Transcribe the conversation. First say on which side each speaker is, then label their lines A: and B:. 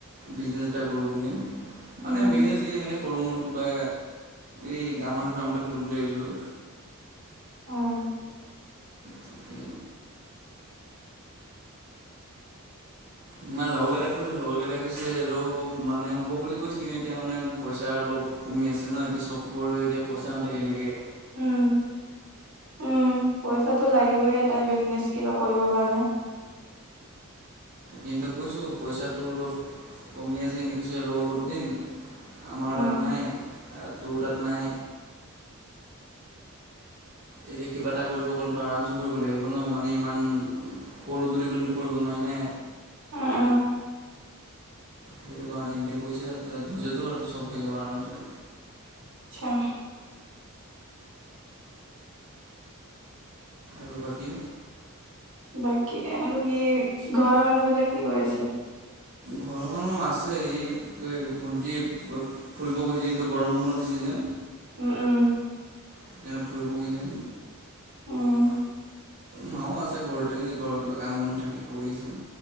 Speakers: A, on the right; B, on the right.
A: বিজনেছ এটা কৰোঁ বুলি মানে
B: উম,
A: বিজনেচ কি এনেকে সৰু মোৰ কিবা এই গাহৰি ফ্ৰাম খুলো বুলি ভাবিছোঁ
B: অ
A: তাকে ইমান লগৰ কেইটাক কৈছো লগৰ কেইটাই কৈছে ৰৌ হ'ব মানে হব বুলি কৈছে কিন্তু এতিয়া মানে পইচা অলপ কমি আছে ন এতিয়া চবৰে এতিয়া পইচা নেথাকে এনেকে
B: উম উম পইচাটো লাগিবই এটা বিজনেছ কিবা কৰিব কাৰণে
A: কিন্ত কৈছোঁ পইচাটো অলপ কমি আছে এনে কৈছে ৰ অলপ দিন আমাৰ
B: উম,
A: তাত নাই টোৰ তাত নাই এতিয়া কিবা এটা কৰিব গলেতো তোমাৰ আৰামচ কৰিব লাগিব ন মানে ইমান কৰো বুলি ক'লেতো কৰিব নোৱাৰি নে
B: অ অ
A: সেইটো কাৰণে সে কৈছে ধৰ্য ধৰ চব হৈ যাব আৰামছে
B: আচ্ছা
A: আৰু বাকী
B: বাকী আৰু কি ঘৰৰ মানুহ বিলাক কি কৰিছে
A: ঘৰৰ মানুহ আছে এ কি কয় ভন্টি ফুৰিব গৈছে কিন্তু গৰম বন্ধত দিছে জে
B: উম, উম,
A: সেইকাৰণে ফুৰিব গৈছে
B: উম
A: মায়ো আছে ঘৰতে ঘৰৰ কিবা কাম বন থাকে কৰি আছে